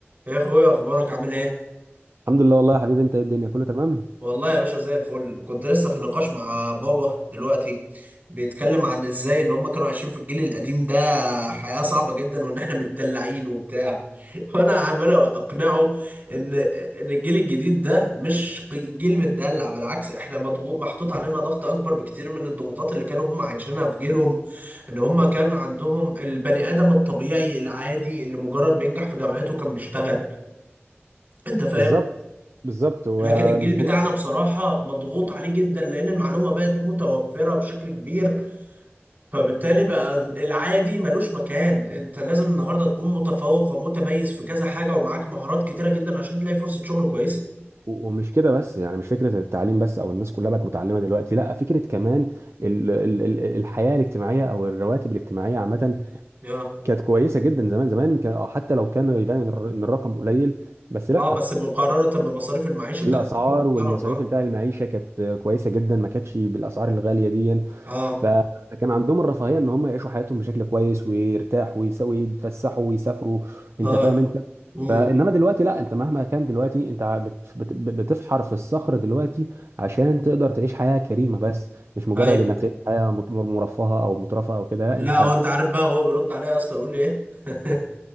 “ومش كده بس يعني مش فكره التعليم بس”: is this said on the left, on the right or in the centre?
Right